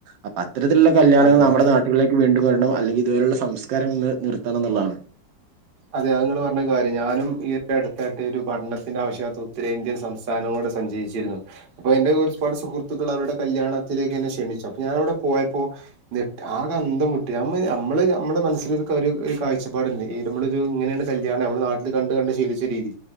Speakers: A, on the right; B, on the right.
A: അപ്പ അത്തരത്തിലുള്ള കല്യാണങ്ങൾ
B: അതെ
A: നമ്മുടെ നാട്ടുകളിലേക്ക് വീണ്ടും, വരണം അല്ലെങ്കിൽ ഇതുവരെയുള്ള സംസ്കാരം ഒന്ന് നിർത്തണം എന്നുള്ളാണ്.
B: അതെ. അത് ഇങ്ങൾ പറഞ്ഞത് കാര്യം. ഞാനും ഈ അടുത്തായിട്ട് ഒരു പഠനത്തിന്റെ ആവശ്യാർഥം ഉത്തരേന്ത്യൻ സംസ്ഥാനങ്ങ ടെ സഞ്ചരിച്ചിരിന്നു. അപ്പൊ എന്റെ ഒരുപാട് സുഹൃത്തുക്കൾ അവരുടെ കല്യാണത്തിലേക്ക് എന്നെ ക്ഷണിച്ചു. അപ്പം ഞാനവിടെ പോയപ്പോ. ഞെ ആകെ, അന്തം വിട്ട്, നമ്മ നമ്മള് നമ്മളെ മനസ്സിലൊരു ക്കരു കാഴ്ചപ്പാട് <unintelligible> നമ്മളൊരു ഇങ്ങനെണ് കല്യാണം, നമ്മളെ നാട്ടില് കണ്ട് കണ്ട് ശീലിച്ച രീതി,